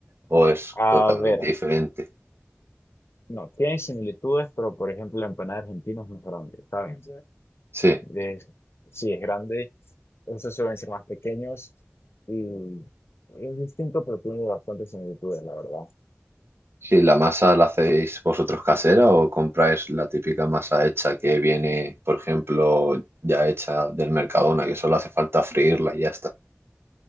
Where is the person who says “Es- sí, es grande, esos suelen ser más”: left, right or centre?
Left